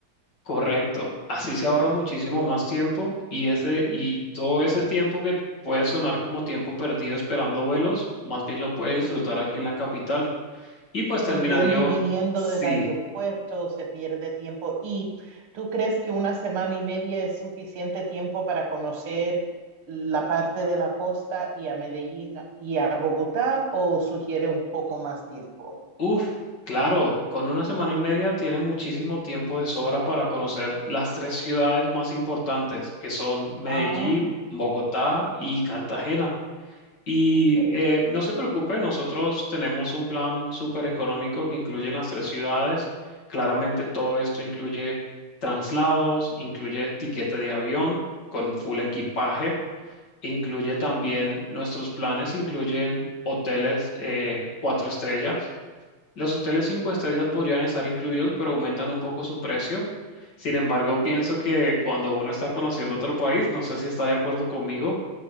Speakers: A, on the left (about 55°); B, on the right (about 80°).
A: Correcto. Así se ahorra muchísimo más tiempo y ese, y todo ese tiempo que puede sonar como tiempo perdido esperando vuelos, más bien lo puede disfrutar
B: Sí,
A: aquí en la capital. Y pues terminaría,
B: Sí, yendo y viniendo
A: sí.
B: del aeropuerto se pierde tiempo. ¿Y tú crees que una semana y media es suficiente tiempo para conocer la parte de la costa y a Medellín y a Bogotá o sugiere un poco más tiempo?
A: Uf, claro, con una semana y media tiene muchísimo tiempo de sobra para conocer las tres ciudades más importantes, que son Medellín,
B: Ah,
A: Bogotá y Cartagena. Y
B: ok.
A: eh, no se preocupe, nosotros tenemos un plan súper económico que incluye las tres ciudades. Claramente todo esto incluye traslados, incluye tiquete de avión con full equipaje. Incluye también nuestros planes, incluyen hoteles eh, cuatro estrellas los hoteles cinco estrellas podrían estar incluidos, pero aumentan un poco su precio. Sin embargo, pienso que cuando uno está conociendo otro país, no sé si está de acuerdo conmigo,